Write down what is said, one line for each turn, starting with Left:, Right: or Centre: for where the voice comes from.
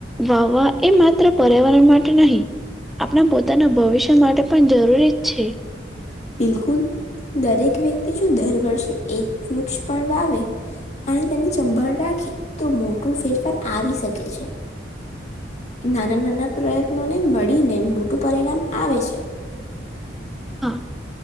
Centre: વાવવા એ માત્ર પર્યાવરણ માટે નહી આપણા પોતાના ભવિષ્ય માટે પણ જરૂરી જ છે
Left: બિલકુલ દરેક વ્યક્તિ જો દર વર્ષે એક વૃક્ષ પણ વાવે અને તેની સંભાળ રાખી તો મોટો ફેરફાર આવી શકે છે નાના નાના પ્રયત્નોને મળીને મોટું પરિણામ આવે છે
Centre: હા